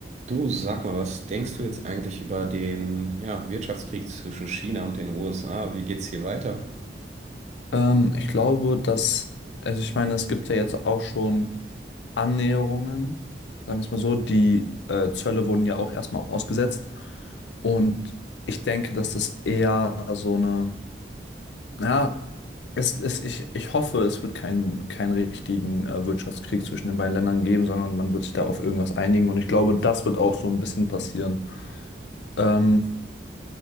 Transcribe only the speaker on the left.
Ähm, ich glaube, dass, also ich meine, es gibt ja jetzt auch schon Annäherungen, sagen wir es mal so, die äh, Zölle wurden ja auch erstmal ausgesetzt. Und ich denke, dass das eher so eine, ja, es, es, ich, ich hoffe, es wird keinen keinen richtigen äh, Wirtschaftskrieg zwischen den beiden Ländern geben, sondern man wird sich da auf irgendwas einigen. Und ich glaube, das wird auch so ein bisschen passieren. Ähm,